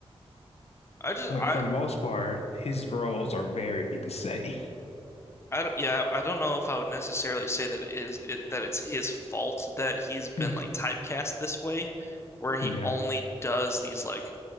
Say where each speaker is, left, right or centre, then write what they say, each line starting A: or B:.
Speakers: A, on the left (about 25°); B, on the left (about 80°).
A: I just
B: but
A: I
B: for the most part, his roles are very the same.
A: I don't yeah, I don't know if I would necessarily say that it is it that it's his fault that he's been
B: Hmm.
A: like typecast this way, where he
B: Yeah,
A: only does these like